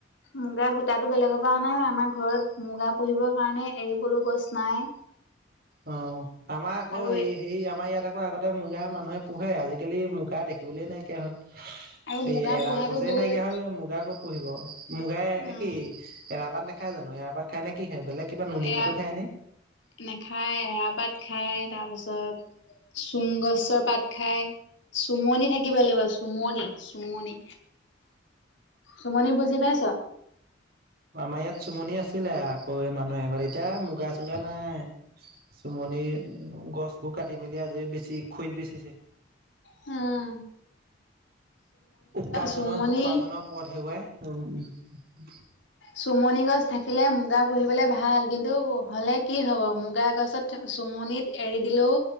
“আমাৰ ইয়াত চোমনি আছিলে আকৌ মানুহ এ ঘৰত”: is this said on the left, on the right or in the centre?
Right